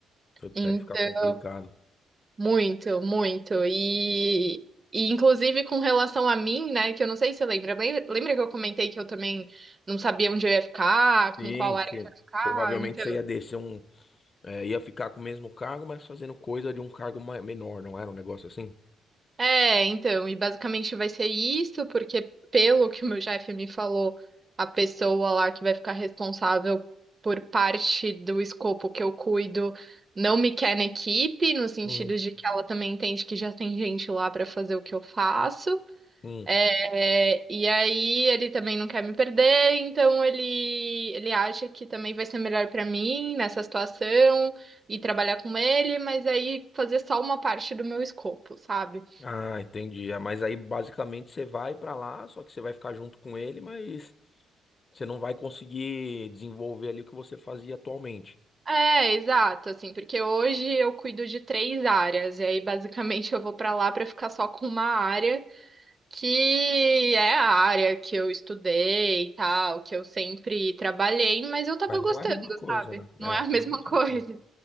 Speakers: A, on the left; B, on the right.
A: até
B: Então
A: ficar complicado.
B: muito, muito. E, e inclusive com relação a mim, né, que eu não sei se você lembra, lembra lembra que eu comentei que eu também não sabia onde eu ia ficar,
A: Sim,
B: com qual área
A: sim.
B: que eu ia ficar?
A: Provavelmente
B: Então,
A: você ia descer um É, ia ficar com o mesmo cargo, mas fazendo coisa de um cargo ma- menor, não era um negócio assim?
B: é, então, e basicamente vai ser isso, porque pelo que o meu chefe me falou, a pessoa lá que vai ficar responsável por parte do escopo que eu cuido não me quer na equipe, no sentido
A: Hum.
B: de que ela também entende que já tem gente lá para fazer o que eu faço.
A: Hum.
B: É, e aí ele também não quer me perder, então ele ele acha que também vai ser melhor pra mim nessa situação e trabalhar com ele, mas aí fazer só uma parte do meu escopo, sabe?
A: Ah, entendi. Ah, mas aí basicamente você vai pra lá, só que você vai ficar junto com ele, mas você não vai conseguir desenvolver ali o que você fazia atualmente.
B: É, exato, assim, porque hoje eu cuido de três áreas, e aí basicamente eu vou pra lá pra ficar só com uma área, que é a área que eu estudei e tal, que eu sempre trabalhei, mas eu tava
A: Mas
B: gostando,
A: não é a mesma coisa,
B: sabe?
A: né?
B: Não
A: É,
B: é a
A: Não
B: <laughs> mesma
A: é a mesma
B: coisa.
A: coisa.